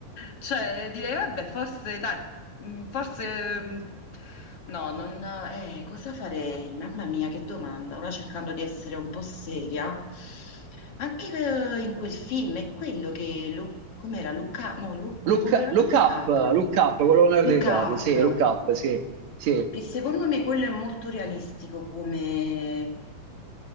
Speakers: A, on the left; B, on the right.
A: Cioè, direi, vabbè, forse, dai, mm, forse, mm, no, non, eh, cosa farei? Mamma mia, che domanda. Ora cercando di essere un po' seria. Anche eh, in quel film è quello che, Lu- com'era, Luca, no, Lu- quello
B: Look,
A: con Leonardo
B: look
A: DiCaprio,
B: up, look up, con Leonardo
A: Look
B: DiCaprio,
A: Up,
B: sì, look up, sì, sì,
A: che secondo me quello è molto realistico come,